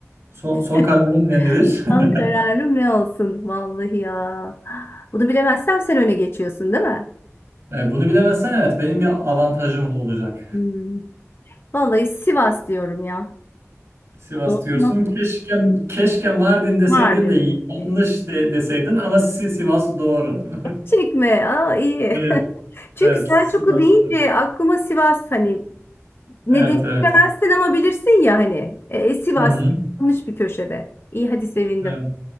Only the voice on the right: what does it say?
Son, son
kararın ne, nedir?
<laughs>
E, bunu bilemezsen evet benim bir avantajım olacak.
Sivas
diyorsun. Keşke keşke Mardin deseydin
de
yanlış de, deseydin ama Si- Sivas doğru.
<laughs>
Evet,
evet
Sivas.
Evet,
evet.
Hı hı.
Evet.